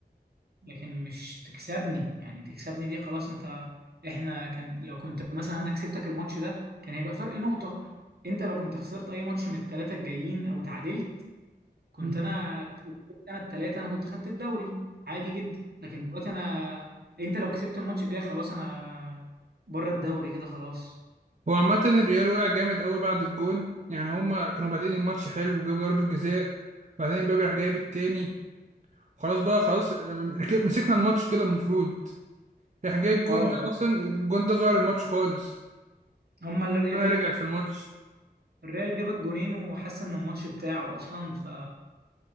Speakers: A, on the right (about 65°); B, on the right (about 45°).
A: لكن مش تكسبني يعني تكسبني دي خلاص انت احنا كان لو كنت مثلا انا كسبتك الماتش ده كان هيبقى فرق نقطة انت لو كنت خسرت اي ماتش من الثلاثة الجايين او اتعادلت كنت
B: امم
A: انا كسبت انا الثلاثة انا كنت خدت الدوري عادي جدا لكن دلوقتي انا انت لو كسبت الماتش الجاي خلاص انا بره الدوري كده خلاص
B: هو عامه الريال وقع جامد قوي بعد الجون يعني هما كانوا بادئين الماتش حلو وجابوا ضربه جزاء وبعدين امبابي راح جايب التاني خلاص بقى خلاص ركب- مسكنا الماتش كده المفروض راح جاي الجون
A: اه
B: ده
A: لا
B: اصلا الجون ده غير الماتش خالص
A: هم اللي
B: خدها رجعت في الماتش
A: الريال جاب الجونين وحس ان الماتش بتاعه اصلا ف